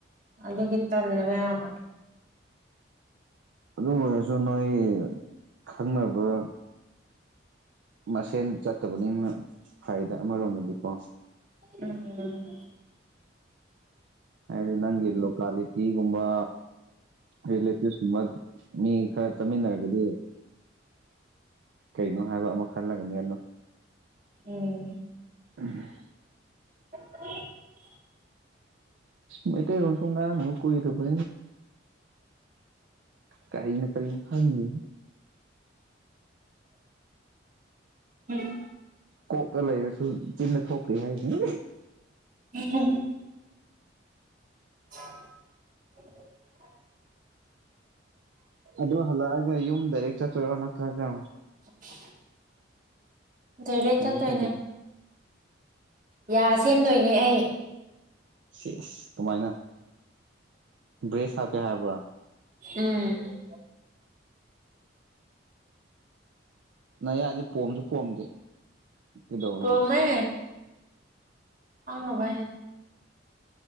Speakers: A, on the right; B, on the right.
A: ꯑꯗꯨꯒꯤ ꯇꯜꯂꯦꯕ ꯌꯥꯝꯅ
B: ꯑꯗꯨ ꯑꯣꯏꯔꯁꯨ ꯅꯣꯏ ꯈꯪꯅꯕ ꯃꯁꯦꯟ ꯆꯠꯇꯕꯅꯤꯅ ꯐꯩꯗ ꯑꯃꯔꯣꯝꯗꯗꯤꯀꯣ
A: ꯎꯝ
B: ꯍꯥꯏꯗꯤ ꯅꯪꯒꯤ ꯂꯣꯀꯂꯤꯇꯤꯒꯨꯝꯕ ꯔꯤꯂꯦꯇꯚꯁꯒꯨꯝꯕ ꯃꯤ ꯈꯔ ꯆꯠꯃꯤꯟꯅꯔꯒꯗꯤ ꯀꯩꯅꯣ ꯍꯥꯏꯕ ꯑꯃ ꯈꯜꯂꯒꯅꯤ ꯑꯗꯣ
A: ꯎꯝ
B: ꯎꯝ
A: <unintelligible>
B: ꯃꯣꯏꯇꯩ ꯔꯁꯨ ꯉꯃꯨ ꯀꯣꯏꯔꯕꯨ ꯀꯔꯤꯅ ꯀꯔꯤꯅꯤ ꯐꯥꯟꯅꯤ
A: ꯎꯝ
B: ꯀꯣꯛꯇ ꯂꯩꯔꯁꯨ ꯆꯤꯟꯅ ꯊꯣꯛꯄꯦ ꯍꯥꯏꯅꯤ
A: ꯎꯝ <inaudible>
B: ꯑꯗꯨꯗ ꯍꯂꯒ ꯌꯨꯝ ꯗꯗꯥꯔꯦꯛ ꯆꯠꯇ ꯅꯠꯇ꯭ꯔꯒ
A: <unintelligible> ꯗꯥꯏꯔꯦꯛ
B: ꯀꯃꯥꯏꯅ
A: ꯆꯠꯇꯣꯏꯅꯦ
B: ꯇꯧꯗꯣꯏꯅꯣ
A: ꯌꯥ ꯁꯦꯝꯗꯣꯏꯅꯦ ꯑꯩ
B: ꯁꯤ ꯀꯃꯥꯏꯅ ꯕ꯭ꯔꯦꯁ ꯍꯥꯞꯀꯦ ꯍꯥꯏꯕ꯭ꯔꯥ
A: ꯎꯝ
B: ꯅꯪ ꯌꯥꯗꯤ ꯄꯣꯝꯁꯨ ꯄꯣꯝꯗꯦ ꯀꯩꯗꯧꯔꯒꯦ
A: ꯇꯃꯦ ꯑꯪꯅ ꯚꯥꯏ